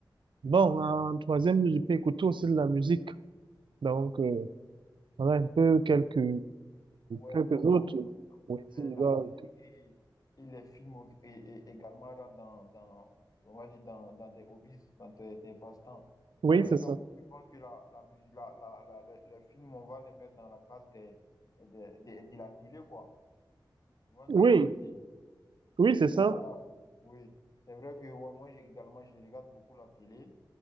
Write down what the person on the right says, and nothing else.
bon, en troisième, je peux écouter aussi de la musique. Donc, euh, voilà un peu quelques,
quelques
autres.
Oui, si
je
dois-
oui,
c'est ça.
Oui,
oui, c'est ça.